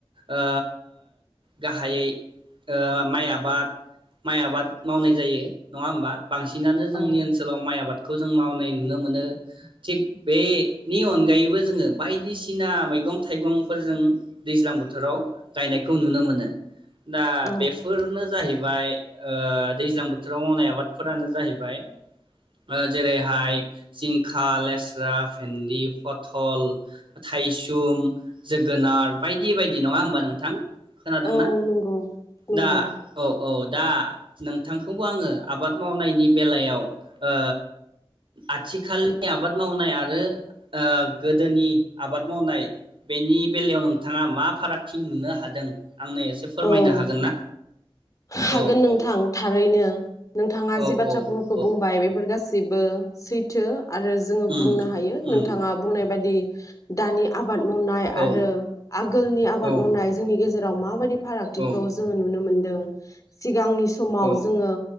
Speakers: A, on the right; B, on the left.
A: ओ गाहायै ओ माइ आबाद माइ आबाद मावनाय जायो नङा होमबा बांसिनानो जोंनि
B: औ
A: ओनसोलाव माइ आबाद खौ जों मावनाय नुनो मोनो थिग बे नि अनगायैबो जोङो बायदिसिना मैगं थाइगंफोरजों दैज्लां बोथोराव गायनायखौ नुनो मोनो ना
B: औ
A: बेफोरनो। बाय ओ दैज्लां बोथोराव मावनाय आबाद फोरानो जाहैबाय ओ जेरैहाय जिंखा लेस्रा भिनदि फथल थायसुम जोगोनार बायदि बायदि नङा होमबा नोंथां? खोनादोंना
B: औ नोंगौ नंगौ।
A: दा औ औ दा नोंथांखौबो आंङो आबाद मावनायनि बेलायाव ओ आथिखालनि आबाद मावनाय आरो ओ। गोदोनि आबाद मावनाय। बेनि बेलायाव नोंथाङा मा फारागथि नुनो हादों आंनो एसे फोरमायनो
B: औ
A: हागोन ना?
B: हागोन
A: औ
B: नोंथां
A: औ
B: थारैनो नोंथाङा
A: औ
B: जि बाथ्राफुरखौ
A: औ औ
B: बुंबाय बेफोर गासिबो सैथो। आरो जोङो
A: उम
B: बुंनो हायो
A: उम
B: नोंथाङा बुंनाय बायदि दानि आबाद मावनाय
A: औ
B: आरो आगोलनि आबाद
A: औ
B: मावनाय जोंनि गेजेराव राव मााबादिब फारागथिखौ
A: औ
B: जोंङो नुनो मोन दों सिगांनि समाव
A: औ
B: जोंङो